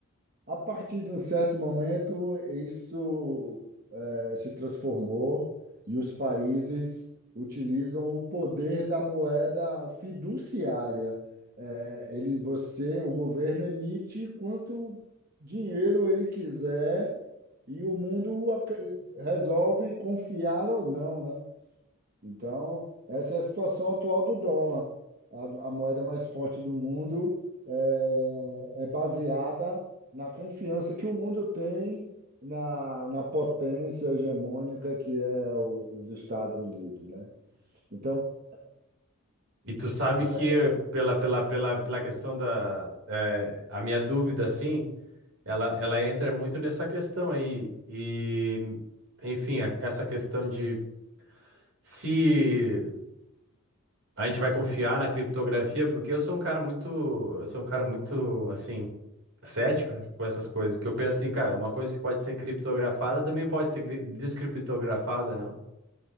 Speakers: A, on the right (about 45°); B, on the right (about 65°).
A: A partir de um certo momento, isso eh, se transformou e os países utilizam o poder da moeda fiduciária. Eh, ele, você, o governo emite quanto dinheiro ele quiser e o mundo ac- resolve confiar ou não, né? Então, essa é a situação atual do dólar. A, a moeda mais forte do mundo é, é baseada na confiança que o mundo tem na, na potência hegemônica que é o- os Estados Unidos, né? Então,
B: E tu sabe
A: essa
B: que pela, pela, pela, pela questão da eh, a minha dúvida assim, ela, ela entra muito nessa questão aí e enfim, a- essa questão de se a gente vai confiar na criptografia, porque eu sou um cara muito, eu sou um cara muito assim cético com essas coisas, que eu penso assim, cara, uma coisa que pode ser criptografada também pode ser cri- descriptografada, né?